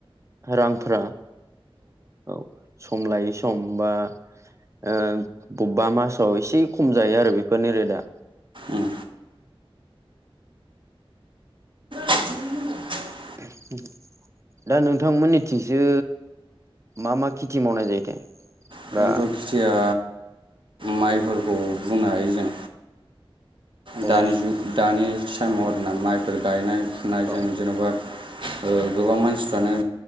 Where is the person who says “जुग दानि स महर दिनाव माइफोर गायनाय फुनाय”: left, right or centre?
Right